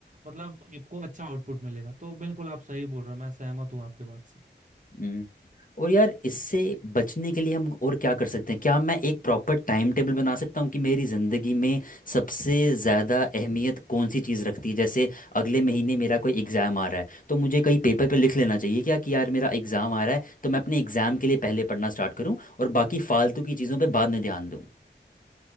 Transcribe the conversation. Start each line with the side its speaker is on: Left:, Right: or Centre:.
Right: मतलब आपको अच्छा आउटपुट मिलेगा तो बिल्कुल आप सही बोल रहे हो मैं सहमत हूँ आपके बात से
Left: हम्म। और यार इससे बचने के लिए हम और क्या कर सकते हैं क्या मैं एक प्रॉपर टाइम टेबल बना सकता हूँ कि मेरी ज़िंदगी में सबसे ज़्यादा अहमियत कौन सी चीज़ रखती है जैसे अगले महीने मेरा कोई एग्ज़ाम आ रहा है तो मुझे कहीं पेपर पे लिख लेना चाहिए क्या कि यार मेरा एग्ज़ाम आ रहा है तो मैं अपने एग्ज़ाम के लिए पहले पढ़ना स्टार्ट करूँ और बाकी फालतू की चीज़ों पर बाद में ध्यान दूँ